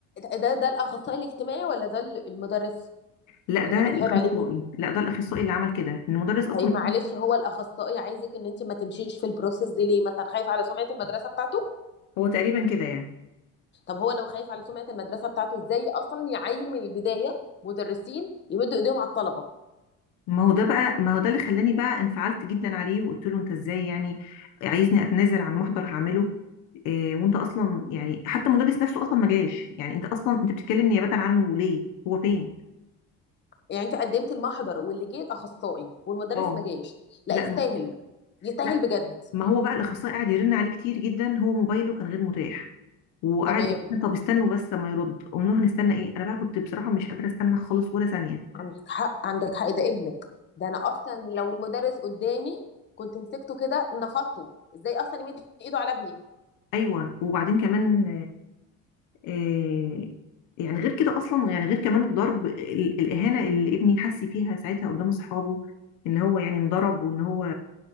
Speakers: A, on the left (about 35°); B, on the left (about 65°).
A: ده ده الاخصائي الاجتماعي ولا ده المدرس
B: لا
A: اللي
B: ده
A: كان بيتحايل
B: الاخصائي
A: عليكي
B: لا ده الاخصائي اللي عمل كده إن المدرس اصلا
A: طيب معلش هو الاخصائي عايزك ان انت ما تمشيش في البروسيس دي ليه مثلا خايف على سمعه المدرسه بتاعته
B: هو تقريبا كده يعني
A: طب هو لو خايف على سمعه المدرسه بتاعته ازاي اصلا يعين من البدايه مدرسين يمدوا ايديهم على الطلبه
B: ما هو ده بقى ما هو ده اللي خلاني بقى انفعلت جدا عليه وقلت له انت ازاي يعني عايزني اتنازل عن محضر هعمله إيه وانت اصلا يعني حتى المدرس نفسه اصلا ما جاش يعني انت اصلا انت بتتكلم نيابه عنه ليه هو فين
A: يعني انت قدمت المحضر واللي جه الاخصائي والمدرس
B: اه
A: ما جاش لا
B: لا
A: يستاهل
B: م-
A: يستاهل
B: لا
A: بجد
B: ما هو بقى الاخصائي قاعد يرن عليه كتير جدا هو موبايله كان غير متاح وقاعد
A: تمام
B: يقول لنا طب استنوا بس ما يرد قلنا له هنستنى ايه انا بقى كنت بصراحه مش قادره استنى خالص ولا ثانيه
A: عندك حق عندك حق ده ابنك ده انا اصلا لو المدرس قدامي كنت مسكته كده نفضته ازاي اصلا يمد ايده على ابني
B: ايوه وبعدين كمان آه، يعني غير كده اصلا يعني غير كمان الضرب ال- الاهانه اللي ابني حس فيها ساعتها قدام اصحابه ان هو يعني انضرب وان هو